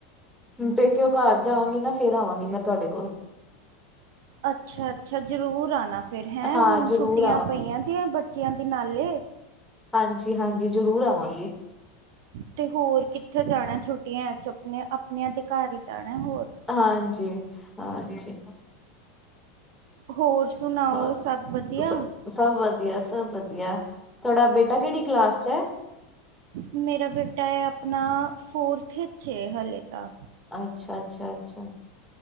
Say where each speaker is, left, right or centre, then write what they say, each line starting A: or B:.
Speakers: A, in the centre; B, on the right.
A: ਪੇਕਿਓਂ ਘਰ ਜਾਵਾਂਗੀ ਨਾ ਫੇਰ ਆਵਾਂਗੀ ਮੈਂ ਤੁਹਾਡੇ ਕੋਲ।
B: ਅੱਛਾ-ਅੱਛਾ ਜਰੂਰ ਆਣਾ! ਫੇਰ ਹੈਂ
A: ਹਾਂ
B: ਹੁਣ
A: ਜ਼ਰੂਰ
B: ਛੁੱਟੀਆਂ ਪਈਆਂ ਦੀਆਂ ਬੱਚਿਆਂ ਦੀ ਨਾਲੇ।
A: ਹਾਂਜੀ-ਹਾਂਜੀ, ਜ਼ਰੂਰ ਆਵਾਂਗੇ।
B: ਤੇ ਹੋਰ ਕਿੱਥੇ ਜਾਣਾ ਛੁੱਟੀਆਂ ਚ ਆਪਨੇ- ਅਪਨਿਆਂ ਦੇ ਘਰ ਹੀ ਜਾਣਾ ਹੋਰ।
A: ਹਾਂਜੀ, ਹਾਂਜੀ।
B: ਹੋਰ ਸੁਨਾਓ!
A: ਹੋਰ
B: ਸਭ ਵਧੀਆ?
A: ਸ ਸਭ ਵਧੀਆ, ਸਭ ਵਧੀਆ। ਤੁਹਾਡਾ ਬੇਟਾ ਕੇੜੀ ਕਲਾਸ ਚ ਐ?
B: ਮੇਰਾ ਬੇਟਾ ਐ ਆਪਨਾ ਫੋਰਥ ਇਚ ਏ ਹੱਲੇ ਤਾਂ।
A: ਅੱਛਾ-ਅੱਛਾ-ਅੱਛਾ।